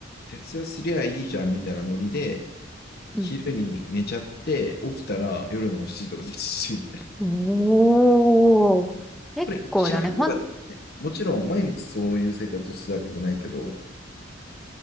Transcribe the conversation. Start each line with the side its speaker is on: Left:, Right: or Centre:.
Left: 徹夜すりゃいいじゃんみたいなノリで、
Centre: うん。
Left: 昼に寝ちゃって、起きたら夜の7時とか8時みたいな。
Centre: おー。結構だね。
Left: これ一番ひどかった。
Centre: ほん、
Left: もちろん毎日そういう生活をしてたわけじゃないけど、